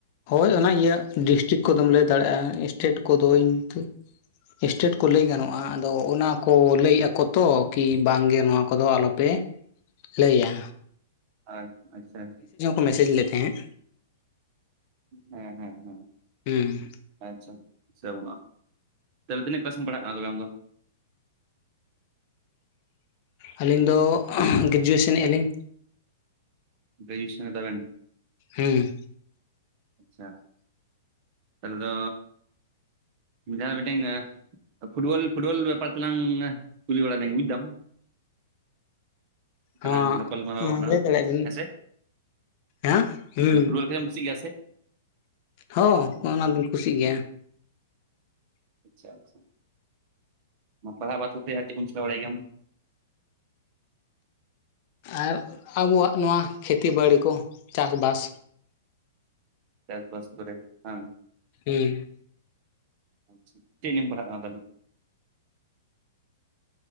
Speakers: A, on the left; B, on the right.
A: ᱦᱳᱭ ᱚᱱᱟ ᱤᱭᱟᱹ ᱰᱤᱥᱴᱤᱠ ᱠᱚᱫᱚᱢ ᱞᱟᱹᱭ ᱫᱟᱲᱮᱭᱟᱜᱼᱟ ᱥᱴᱮᱴ ᱠᱚᱫᱚ ᱤᱱᱛᱮ ᱥᱴᱮᱴ ᱠᱚ ᱞᱟᱹᱭ ᱜᱟᱱᱚᱜᱼᱟ ᱟᱫᱚ ᱚᱱᱟ ᱠᱚ ᱞᱟᱹᱭᱮᱫ ᱟᱠᱚ ᱛᱚ ᱠᱤ ᱵᱟᱝᱜᱮ ᱱᱚᱣᱟ ᱠᱚᱫᱚ ᱟᱞᱚ ᱯᱮ ᱞᱟᱹᱭᱟ᱾
B: ᱟᱪᱪᱷᱟ ᱟᱪᱪᱷᱟ ᱟᱪᱪᱷᱟ
A: ᱢᱮᱥᱮᱡ ᱞᱮᱫ ᱛᱟᱦᱮᱫ,
B: ᱦᱮᱸ ᱦᱮᱸ ᱦᱮᱸ
A: ᱦᱮᱸ
B: ᱟᱪᱪᱷᱟ ᱥᱮ ᱵᱟᱹᱱᱩᱜᱼᱟ, ᱛᱟᱦᱚᱞᱮ ᱛᱤᱱᱟᱹᱜ ᱠᱞᱟᱥᱮᱢ ᱯᱟᱲᱦᱟᱜ ᱠᱟᱱᱟ ᱛᱚᱵᱮ ᱟᱢ ᱫᱚ?
A: ᱟᱹᱞᱤᱧ ᱫᱚ ᱜᱨᱮᱡᱩᱭᱮᱥᱮᱱ ᱟᱞᱤᱧ᱾
B: ᱜᱨᱡᱩᱭᱮᱥᱚᱱ ᱫᱟᱵᱮᱱ?
A: ᱦᱩᱸ
B: ᱟᱪᱪᱷᱟ ᱛᱟᱦᱚᱞᱮ ᱫᱚ ᱢᱤᱫᱫᱷᱟᱣ ᱢᱤᱫᱴᱮᱱ ᱯᱷᱩᱴᱵᱚᱞ ᱯᱷᱩᱴᱵᱚᱞ ᱵᱮᱯᱟᱨ ᱛᱮᱞᱟᱝ ᱠᱩᱞᱤ ᱵᱟᱲᱟ ᱞᱮᱱ ᱵᱩᱡᱽ ᱫᱟᱢ᱾
A: ᱦᱚᱸ
B: ᱚᱱᱟ ᱜᱟᱯᱟᱞ ᱢᱟᱨᱟᱣ ᱟᱞᱟᱝ
A: ᱞᱟᱹᱭ ᱫᱟᱲᱮᱭᱟᱜ ᱵᱤᱱ
B: ᱦᱮᱸᱥᱮ
A: ᱦᱮᱸ ᱦᱩᱸ
B: ᱢᱟᱱᱮ ᱯᱷᱩᱴ ᱵᱚᱞ ᱠᱩᱥᱤ ᱜᱮᱭᱟ ᱥᱮ?
A: ᱦᱚᱸ ᱚᱱᱟ ᱫᱚᱧ ᱠᱩᱥᱤᱜ ᱜᱮᱭᱟ᱾
B: ᱟᱪᱪᱷᱟ ᱟᱪᱪᱷᱟ ᱢᱟ ᱯᱟᱲᱦᱟᱣ ᱵᱟᱛ ᱠᱟᱛᱮ ᱟᱨ ᱪᱮᱫᱠᱚ ᱪᱮᱠᱟᱭ ᱵᱟᱲᱟ ᱜᱮᱭᱟᱢ?
A: ᱟᱨ ᱟᱵᱚᱣᱟᱜ ᱱᱚᱣᱟ ᱠᱷᱮᱛᱤ ᱵᱟᱲᱮ ᱠᱚ ᱪᱟᱥ ᱵᱟᱥ᱾
B: ᱪᱟᱥᱵᱟᱥ ᱠᱚᱨᱮ ᱜᱮ ᱵᱟᱝ?
A: ᱦᱩᱸ
B: ᱟᱪᱪᱷᱟ ᱪᱮᱫ ᱱᱤᱭᱮᱢ ᱯᱟᱲᱦᱟᱜ ᱠᱟᱱᱟ ᱛᱟᱦᱚᱞᱮ?